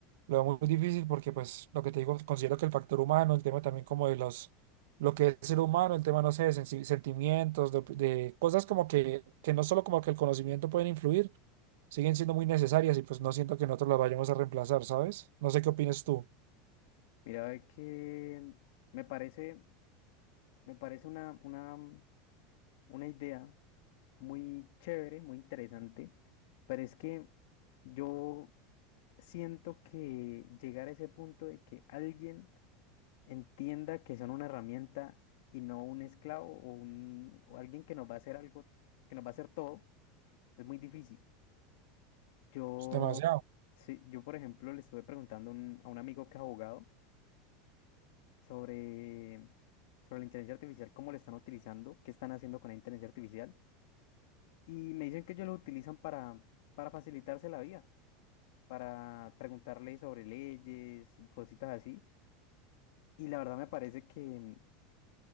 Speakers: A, on the right (about 70°); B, on the left (about 70°).
A: lo veo muy difícil porque, pues, lo que te digo, considero que el factor humano, el tema también como de los lo que es el ser humano, el tema, no sé, de sensi- sentimientos, de, op- de cosas como que, que no solo como que el conocimiento pueden influir, siguen siendo muy necesarias y pues no siento que nosotros las vayamos a reemplazar, ¿sabes? No sé qué opinas tú.
B: Mira, es que me parece, me parece una, una, una idea muy chévere, muy interesante, pero es que yo siento que llegar a ese punto de que alguien entienda que son una herramienta y no un esclavo o, un, o alguien que nos va a hacer algo, que nos va a hacer todo, es muy difícil. Yo,
A: Es demasiado.
B: sí, yo por ejemplo, le estuve preguntando a un a un amigo que es abogado. sobre, sobre la inteligencia artificial, cómo la están utilizando, qué están haciendo con la inteligencia artificial. Y me dicen que ellos lo utilizan para, para facilitarse la vida, para preguntarle sobre leyes y cositas así. Y la verdad me parece que,